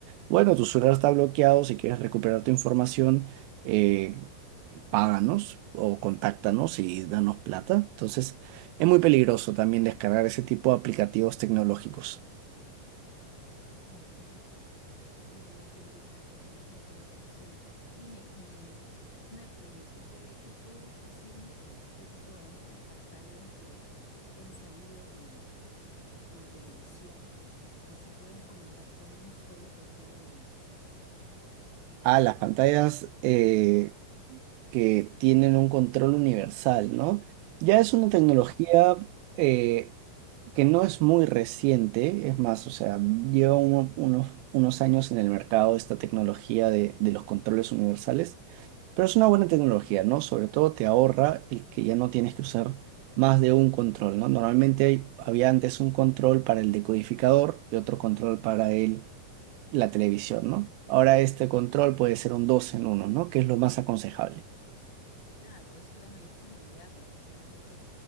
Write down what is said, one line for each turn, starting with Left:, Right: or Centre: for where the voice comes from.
Right: bueno, tu celular está bloqueado, si quieres recuperar tu información, eh, páganos o contáctanos y danos plata. Entonces, es muy peligroso también descargar ese tipo de aplicativos tecnológicos.
Left: Ujú. Qué bien, qué bien, Anthony, gracias por la información. Dime, ¿y qué, me, eh, qué puede, qué puedes decirme con respecto a estas pantallas de, que han salido del- de televisión que se pueden comandar con un solo control remoto?
Right: Ah, las pantallas eh, que tienen un control universal, ¿no? Ya es una
Left: Ah,
Right: tecnología... eh, que no es muy reciente, es más, o sea, lleva uno- unos, unos años en el mercado esta tecnología de, de los controles universales, pero es una buena tecnología, ¿no? Sobre todo te ahorra el que ya no tienes que usar más de un control, ¿no? Normalmente hay- había antes un control para el decodificador y otro control para el, la televisión, ¿no? Ahora este control puede ser un 2 en uno, ¿no? Que es lo más aconsejable.
Left: claro, eso da mayor comodidad porque realmente